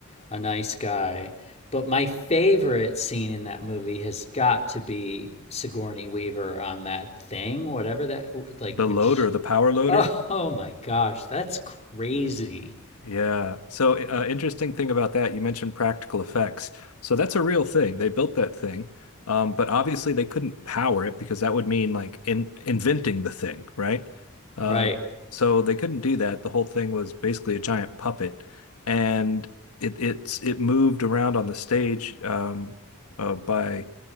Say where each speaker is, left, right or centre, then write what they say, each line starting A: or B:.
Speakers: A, on the left; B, on the left.
A: a nice guy. But my favorite scene in that movie has got to be Sigourney Weaver on that thing, whatever that like
B: the
A: which
B: loader the power
A: <laughs>
B: loader
A: oh, oh my gosh, that's crazy.
B: Yeah. So, uh, interesting thing about that, you mentioned practical effects. So that's a real thing. They built that thing, um, but obviously they couldn't power it because that would mean like in inventing the thing, right? Uh,
A: Right.
B: so they couldn't do that. The whole thing was basically a giant puppet, and it it's it moved around on the stage um, uh, by